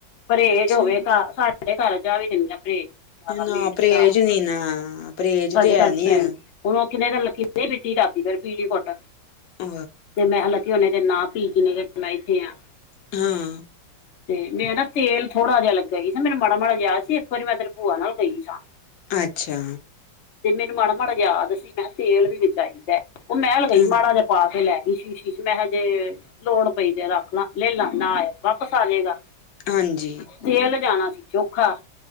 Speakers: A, on the left (about 55°); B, on the left (about 75°).
A: ਪਰਹੇਜ਼
B: ਅੱਛਾ
A: ਹੋਵੇ ਘਰ ਸਾਡੇ ਘਰ ਚ ਆ ਵੀ ਜਨੀ ਨਾ ਪਰਹੇਜ਼। ਸਾਰਾ
B: ਨਾ
A: ਮੀਟ
B: ਪਰਹੇਜ਼
A: ਸ਼ਰਾਬ
B: ਨੀ ਨਾ ਪਰਹੇਜ
A: ਸਾਡੇ
B: ਤੇ ਹੈ
A: ਘਰ
B: ਨੀ
A: ਚ ਹੁਨ,
B: ਹੈਗਾ
A: ਹੁਨ ਲੱਕੀ ਨੇ ਲੱਕੀ ਨੇ ਨਈ ਪੀਤੀ ਰਾਤੀ ਫੇਰ ਪੀਲੀ ਘੁੱਟ।
B: ਅ
A: ਤੇ ਮੈਂ ਹਾਲਾਂਕਿ ਓਨੇ ਦਿਨ ਨਾਂ ਪੀ ਜਿਨੇ ਦਿਨ ਮੈਂ ਏਥੇ ਆਂ।
B: ਹਾਂ।
A: ਤੇ ਮੇਰੇ ਨਾ ਤੇਲ ਥੋੜਾ ਜਾ ਲੱਗਾ ਸੀ ਮੇਰੇ ਮਾੜਾ-ਮਾੜਾ ਯਾਦ ਸੀ ਇੱਕ ਵਾਰੀ ਮੈਂ ਤੇਰੀ ਭੂਆ ਨਾਲ ਗਈ ਸਾਂ।
B: ਅੱਛਾ।
A: ਤੇ ਮੈਨੂੰ ਮਾੜਾ-ਮਾੜਾ ਯਾਦ ਸੀ ਮੈਂ ਕਿਆ ਤੇਲ ਵੀ ਵਿੱਚ ਆਈ ਦਾ, ਓ ਮੈਂ ਲਗਈ
B: ਹ
A: ਮਾੜਾ ਜਾ ਪਾ ਕੇ ਲੈ ਸ਼ੀਸ਼ੀ ਚ ਮੈਂ ਹਜੇ ਲੋੜ ਪਈ ਤੇ ਰੱਖ ਲਾਂ ਲੈਲਾ ਨਾ ਆਏਆ ਵਾਪਸ ਆ ਜੇਗਾ।
B: ਹਾਂਜੀ।
A: ਤੇਲ ਜਾਨਾ ਸੀ ਚੋਖਾ।